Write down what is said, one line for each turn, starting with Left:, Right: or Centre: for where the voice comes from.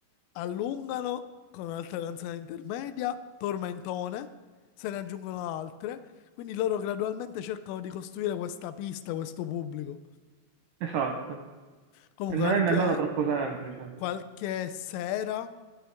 Left: allungano con un'altra canzone intermedia, tormentone, se ne aggiungono altre, quindi loro gradualmente cercano di costruire questa pista, questo pubblico.
Right: Esatto,
Left: Comunque
Right: e non
Left: anche
Right: è nemmeno troppo semplice.
Left: qualche sera